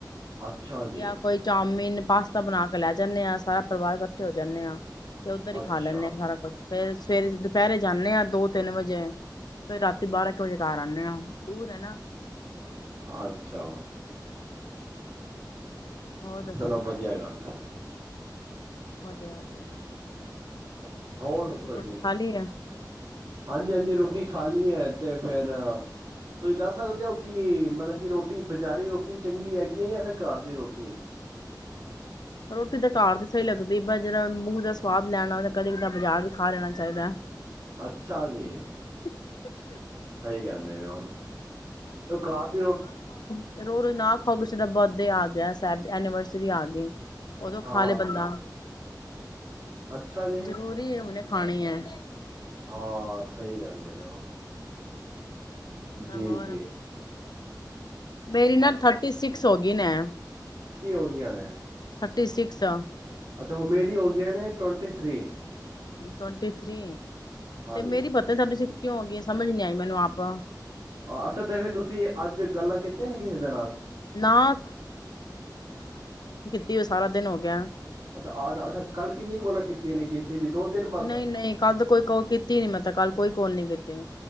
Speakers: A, on the right; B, on the left.
A: ਅੱਛਾ ਜੀ,
B: ਜਾਂ ਕੋਈ ਚਾਮਿਨ ਤਾਂ ਬਣਾ ਕੇ ਲੈ ਜਾਂਨੇ ਹਾਂ ਸਾਰਾ ਪਰਿਵਾਰ ਇਕੱਠੇ ਹੋ ਜਾਂਨੇ ਹਾਂ ਤੇ ਉੱਧਰ ਹੀ
A: ਅੱਛਾ।
B: ਖਾ ਲੈਂਦੇ ਹਾਂ ਸਾਰਾ ਕੁੱਛ ਫੇਰ ਸਵੇਰੇ ਦੁਪਹਿਰੇ ਜਾਂਦੇ ਹਾਂ ਦੋ ਤਿੰਨ ਵਜੇ ਫੇਰ ਰਾਤੀ ਬਾਰਾਂ ਕੁ ਵਜੇ ਕਰ ਆਉਂਨਦੇ ਹਾਂ ਦੂਰ ਹੈ ਨਾ
A: ਅੱਛਾ
B: ਹੋਰ ਦੱਸੋ
A: ਚਲੋ ਵਧੀਆ ਗੱਲ ਹੈ
B: <unintelligible>
A: <unintelligible> ਹੋਰ ਦੱਸੋ
B: ਰੋਟੀ
A: ਜੀ
B: ਖਾ ਲਈ ਹੈ।
A: ਹਾਂਜੀ ਹਾਂਜੀ ਰੋਟੀ ਖ਼ਾ ਲੀ ਹੈ ਤੇ ਫੇਿਰ ਤੁਸੀਂ ਦੱਸ ਸਕਦੇ ਹੋ ਕਿ ਮਤਲਬ ਕਿ ਰੋਟੀ ਬਜ਼ਾਰੀ ਰੋਟੀ ਚੰਗੀ ਹੈਗੀ ਹੈ ਜਾਂ ਫਿਰ ਘਰ ਦੀ ਰੋਟੀ
B: ਰੋਟੀ ਤਾਂ ਘਰ ਦੀ ਸਹੀ ਲੱਗਦੀ ਪਰ ਜਦੋਂ ਮੂੰਹ ਦਾ ਸਵਾਦ ਲੈਣਾਵੇ ਤਾਂ ਕਦੇ ਕਿਦਾ ਬਾਜ਼ਾਰ ਵੀ ਖਾ ਲੈਣਾ ਚਾਹੀਦਾ
A: ਅੱਛਾ ਜੀ
B: <unintelligible>
A: ਸਹੀ ਕਹਿੰਦੇ ਪਏ ਹੋ, ਉਹ ਕਾਰ ਜੈ ਉਹ
B: ਰੋ ਰੋਜ਼ ਨਾ ਖਾਓ ਕਿਸੇ ਦਾ ਬਿਰਥ ਡੇ ਆ ਗਿਆ ਸਾਹਿਬ ਐਨੀਵਰਸਰੀ ਆ ਗਈ ਉਦੋਂ
A: ਹਾਂ
B: ਖਾ ਲਏ ਬੰਦਾ
A: ਜੀ ਅੱਛਾ ਜੀ
B: ਜ਼ਰੂਰੀ ਹੈ ਹੁਣੇ ਖਾਣੀ ਹੈ
A: ਹਾਂ, ਸਹੀ, ਕਹਿੰਦੇ ਪਏ ੳ। ਜੀ-ਜੀ।
B: ਹੋਰ ਮੇਰੀ ਨਾ, ਥਰਟੀ ਸਿਕਸ ਹੋ ਗਈ ਨਾ‌
A: ਕੀ ਹੋ ਗਆਂ ਨੇ?
B: ਥਰਟੀ ਸਿਕਸ ਅ
A: ਅੱਛਾ। ਉਹ ਮੇਰੀ ਹੋ ਗਿਆਈ ਨੇ, ਟਵੈਂਟੀ ਥ੍ਰੀ।
B: Twenty three.
A: ਹਾਂਜੀ
B: ਤੇ, ਮੇਰੀ ਪਤਾ ਨੀ ਤਾਨੂੰ ਜੀ। ਕਿਉਂ ਹੋ ਗਈ? ਸਮਝ ਨੀ ਆਈ, ਮੈਨੂੰ ਆਪ।
A: ਅੱਛਾ। ਤੇ, ਫਿਰ, ਤੁਸੀਂ ਅੱਜ ਗੱਲਾਂ ਕੀਤੀਆਂ ਨੇ ਕਿਸੇ ਦੇ ਨਾਲ?
B: ਨਾ ਉਹ ਸਾਰਾ ਦਿਨ ਹੋ ਗਿਆ।
A: ਅੱਛਾ, ਆਹ, ਅੱਛਾ, ਕੱਲ੍ਹ, ਕਿੰਨੀ ਕੌਲਾਂ ਕੀਤੀਆਂ ਨੇ? ਦੀ ਦੋ ਤਿੰਨ ਬਸ
B: ਨਹੀਂ- ਨਹੀਂ ਕੱਲ ਤਾਂ, ਕੋਈ ਕੋਲ ਕੀਤੀ ਨੀ ਮੈਂ ਤਾਂ, ਕੱਲ। ਕੋਈ, ਕੌਲ ਨੀ ਕੀਤੀ।